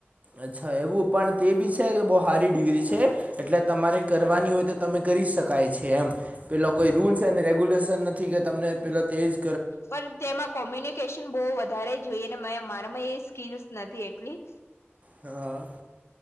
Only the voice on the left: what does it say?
પણ તેમાં કોમ્્યુને બ વધારે જોઈએ મારામાં એ સ્કીલસ નથી એટલી